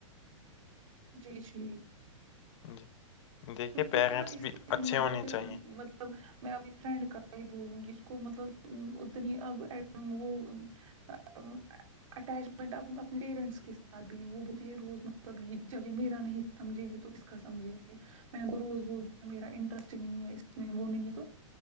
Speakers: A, on the right; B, on the left.
A: جی جی
B: جی دیکھیے
A: کیونکہ
B: پیرنٹس
A: کو نا اس
B: بھی اچھے
A: مطلب
B: ہونے
A: پھر
B: چاہیے
A: مط میں اپنی فرینڈ کا ہی بولوں گی اس کو مطلب اتنی اب وہ <unintelligible> اٹیچمنٹ اپ اپنے پیرنٹس کے ساتھ بھی نہیں وہ بولتی ہے یہ روز مطلب یہ جگہ میرا نہیں سمجھیں گے تو کس کا سمجھیں گے میں ان کو روز بولتی ہوں میرا انٹرسٹ ہی نہیں ہے اس میں وہ نہیں ہے تو